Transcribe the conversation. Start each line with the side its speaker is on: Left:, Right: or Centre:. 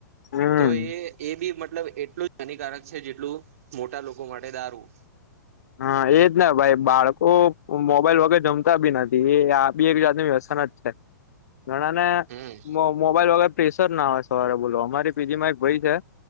Left: હમ
Right: તો એ એ બી મતલબ એટલું જ હાનિકારક છે જેટલું મોટા લોકો માટે દારું.
Left: હા એજને ભાઈ બાળકો મોબાઈલ વગેર જમતા બી નથી એ આ બી એક જાતની વ્યસન જ છે. ઘણાને
Right: હમ
Left: મો મોબાઈલ વગર પ્રેેશર ના હોય સવારે બોલો અમારી પી જી માં એક ભઈ છે